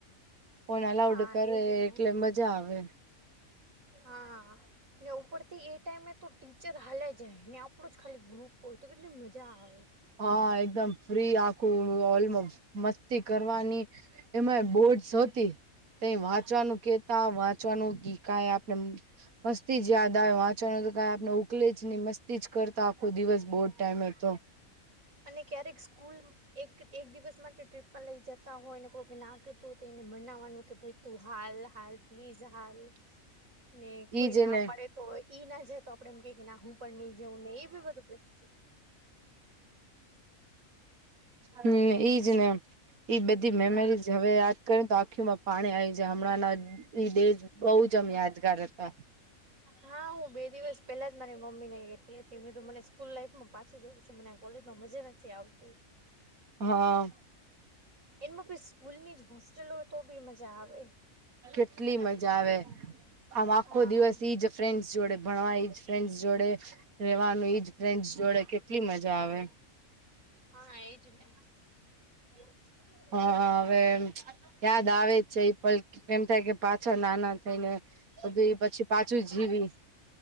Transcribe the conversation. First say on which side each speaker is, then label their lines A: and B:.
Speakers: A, on the right; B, on the right.
A: ફોન અલાઉડ
B: હા
A: કરે
B: એજ ને
A: એટલે મજા આવે.
B: હા. ને ઉપરથી એ ટાઈમે તો ટીચર હાલે જાય ને આપણો જ ખાલી ગ્રુપ હોય તો કેટલી મજા આવે.
A: હા, એકદમ ફ્રી આખું ઓલમાં મસ્તી કરવાની એમાંય બોડસ હતી. તયે વાંચવાનું કેતા વાંચવાનું ગી કા એ આપણે મસ્તી જ યાદ આવ વાંચણ તો કઈ આપને ઉકલે જ નહી મસ્તી જ કરતા આખો દિવસ બહુ જ ટાઈમે હતો.
B: અને ક્યારેક સ્કૂલ એક એક દિવસ માટે ટ્રીપમાં લઈ જતા હોય ને કોક ના કેતુ તેને મનાવાનું કે ભાઈ તું હાલ હાલ પ્લીઝ હાલ.
A: <inaudible>
B: ને કોઈ
A: ઈજ
B: ના
A: ને
B: પાડે તો ઈ ના જાય તો આપડે એમ કે કે ના હું પણ નઈ જઉં ને એ બી બધું બે <inaudible>
A: હમ્મ, ઈજ ને. ઈ બધી મેમરીઝ હવે યાદ કરી તો આખી પાણી આવી જાય હમણાંના ઈ ડે બહુ જમ યાદગાર હતા.
B: હા હું બે દિવસ પેલા જ મારી મમ્મી ને ગેતી હતી હીધું મને સ્કૂલ લાઈફમાં પાછું જોવું છે, મને આ કોલેજમાં મજા નથી આવતી.
A: હા.
B: એમાં બી સ્કૂલ ની જ હોસ્ટેલ હોય, તો બી મજા આવે.
A: કેટલી મજા આવે, આમ આખો
B: હા
A: દિવસ ઈ જ ફ્રેન્ડસ જોડે ભણવાઈ જ ફ્રેન્ડ્સ જોડે રેવાનું, ઈજ ફ્રેન્ડસ જોડે કેટલી મજા આવે.
B: હા, એજ ને <unintelligible>
A: હા, હવે એમ યાદ આવે છે એ પલ એમ થાય કે પાછા નાના થઈ ને, બધું એ પછી પાછું જીવી